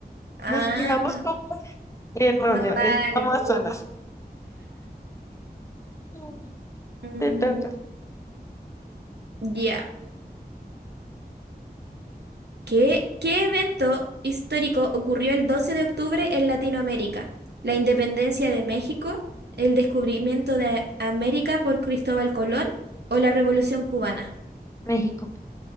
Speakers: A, on the right; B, on the left.
A: Ah,
B: Nos quedamos con Erróneo,
A: no vale.
B: es Amazonas.
A: pu.
B: <laughs>
A: Mm,
B: Te toca.
A: ya. ¿Qué, qué evento histórico ocurrió el 12 de octubre en Latinoamérica? La independencia de México, el descubrimiento de América por Cristóbal Colón o la Revolución cubana.
B: México.